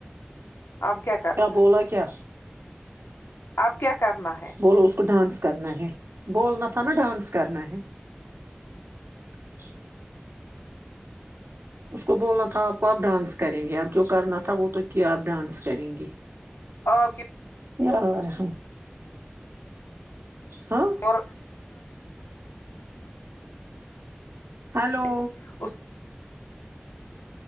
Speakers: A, on the left; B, on the right.
A: اب کیا کرنا
B: بولا
A: ہے
B: ا کیا کیا
A: اب کیا کرنا ہے
B: بولو اس کو ڈانس کرنا ہے بولنا تھا نا ڈانس کرنا ہے اچا <unintelligible>
A: ہے
B: اس کو بولنا تھا آپ کو آپ ڈانس کریں گے اب جو کرنا تھا وہ تو کیا آپ ڈانس کریں گی
A: اور
B: ار ہ ہاں
A: اور
B: ہلو
A: اس